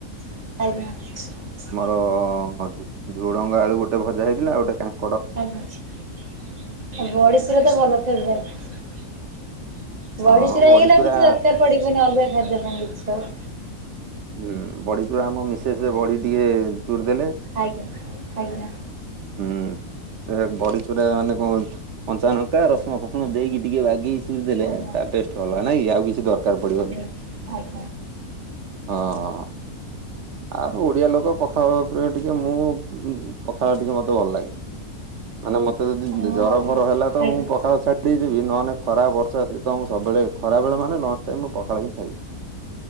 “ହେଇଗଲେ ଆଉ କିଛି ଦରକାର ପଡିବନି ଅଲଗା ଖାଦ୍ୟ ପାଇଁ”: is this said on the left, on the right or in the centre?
Right